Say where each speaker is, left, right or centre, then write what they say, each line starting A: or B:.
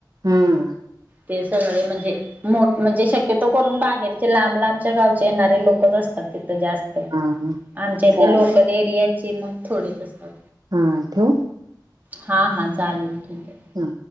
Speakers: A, on the right; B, on the right.
A: हम.
B: ते सगळे म्हणजे मोठ म्हणजे शक्यतो करून बाहेरचे लांब लांबच्या गावचे येणार. लोकच असतात तिथ जास्त.
A: हा
B: आमच्या इथले
A: चाल
B: लोकल एरियाचे मग, थोडेच असतात.
A: हां ठेवू?
B: हां हां चालेल ठीक आहे.
A: हा.